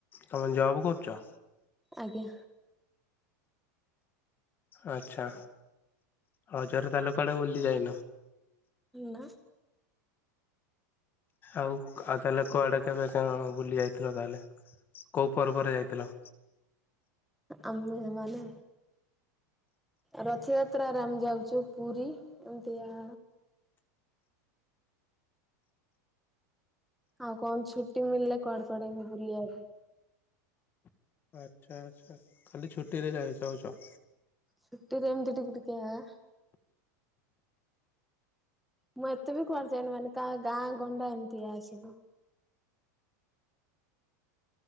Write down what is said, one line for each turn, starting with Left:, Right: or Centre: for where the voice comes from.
Left: ତମେ ଜବ୍ କରୁଚ?
Centre: ଆଜ୍ଞା।
Left: ଆଚ୍ଛା। ରଜ ରେ ତାହେଲେ କୁଆଡେ ବୁଲି ଯାଇନ?
Centre: ନା।
Left: ଆଉ ଆଉ ତାହେଲେ କୁଆଡ଼େ କେବେ କଣ ବୁଲି ଯାଇଥିଲ ତାହେଲେ କୋଉ ପର୍ବରେ ଯାଇଥିଲ?
Centre: ଆମେ ମାନେ ରଥଯାତ୍ରାରେ ଆମେ ଯାଉଚୁ ପୁରୀ। ଏମିତି ଆ ଆଉ କଣ ଛୁଟି ମିଳିଲେ କୁଆଡେ କୁଆଡେ ଏମତି ବୁଲିବାକୁ
Left: ଆଚ୍ଛା ଆଚ୍ଛା। ଖାଲି ଛୁଟି ରେ ଯାଇ ଯାଉଚ?
Centre: ଛୁଟି ରେ ଏମତି ଟିକେ ଟିକେ ଆ ମୁଁ ଏତେ ବି କୁଆଡେ ଯାଏନି। ମାନେ ତା ଗାଁ ଗଣ୍ଡା ଏମିତି ଆ ଆସିବୁ।